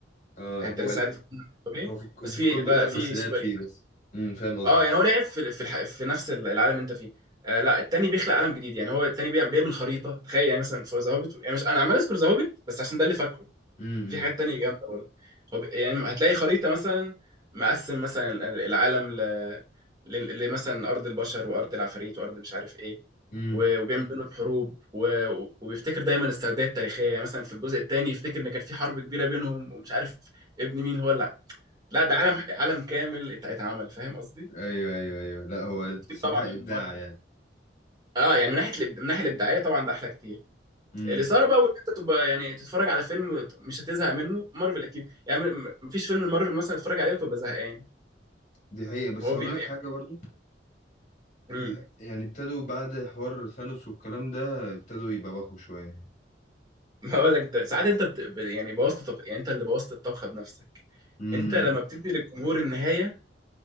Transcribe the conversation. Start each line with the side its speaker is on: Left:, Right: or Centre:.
Left: اه
Right: يعني انت
Left: هو
Right: لسه
Left: ال...
Right: عادي في الكون الطبيعي
Left: هو في... كنت
Right: بس في
Left: في الكود
Right: بقى
Left: بتاعك
Right: في
Left: بس لعب
Right: سوبر
Left: فيه
Right: هيروز
Left: بس امم فاهم قصدك
Right: اه يعني هو لعب في في, الح... في نفس العالم اللي انت فيه آه لا التاني بيخلق عالم جديد يعني هو التاني بيعمل بيعمل خريطه تخيل يعني مثلا في ذا هوبيت يعني مش انا عمال اذكر ذا هوبيت بس عشان ده اللي فاكره
Left: امم
Right: في حاجات تانية جامدة برضه هو ب- يعني هتلاقي خريطة مثلا مقسم مثلا العالم ل... ل... لمثلا أرض البشر وأرض العفاريت وأرض مش عارف إيه
Left: امم
Right: و... وبيعمل بينهم حروب و... وبيفتكر دايما السرديه التاريخية يعني مثلا في الجزء التاني يفتكر إن كان في حرب كبيرة بينهم ومش عارف ابن مين هو لا لا ده عالم عالم كامل ات- اتعمل فاهم قصدي؟
Left: ايوه ايوه ايوه لا هو الصراحه
Right: كتير طبعا
Left: ابداع
Right: من مارفل
Left: يعني
Right: اه يعني من ناحية الإب- من الناحية الإبداعية طبعا ده أحلى كتير
Left: امم
Right: الاثاره بقى وان انت تبقى يعني تتفرج على فيلم مش هتزهق منه مارفل اكيد يعني م- مفيش فيلم المارفل مثلا تتفرج عليه وتبقى زهقان
Left: دي حقيقه بس
Right: هو
Left: هقول
Right: بيح
Left: لك
Right: يعني
Left: حاجه برضو في
Right: امم
Left: ال... يعني ابتدوا بعد حوار ثانوس والكلام ده ابتدوا يبوخوا شويه
Right: <laughs> هقول لك انت ساعات انت بت... ب- يعني بوظت طب... يعني انت اللي بوظت الطبخه بنفسك
Left: امم
Right: انت لما بتدي للجمهور النهايه